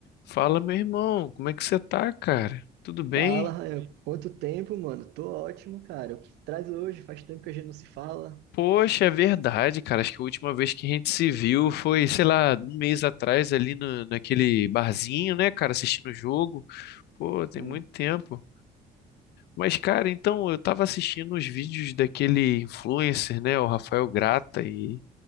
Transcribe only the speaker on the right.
Fala, Rael. Quanto tempo, mano? Tô ótimo, cara. O que traz hoje? Faz tempo que a gente não se fala.
Hum.